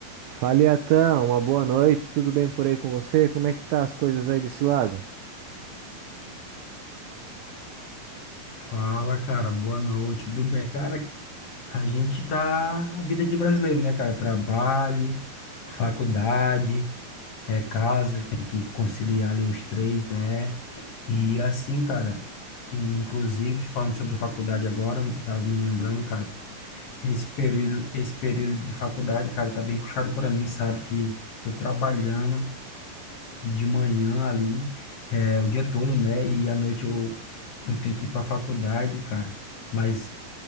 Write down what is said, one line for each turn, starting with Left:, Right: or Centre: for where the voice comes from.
Right: Fala, Iatan, uma boa noite, tudo bem por aí com você? Como é que tá as coisas aí desse lado?
Left: Fala, cara, boa noite, tudo bem? Cara, a gente tá a vida de brasileiro, né, cara? Trabalho, faculdade, é casa, tem que conciliar ali os três, né? E assim, cara, e inclusive falando sobre faculdade agora, eu tava me lembrando, cara, esse período, esse período de faculdade, cara, tá bem puxado para mim, sabe? Que tô trabalhando de manhã ali, é, o dia todo, né? E à noite eu, eu tenho que ir pra faculdade, cara. Mas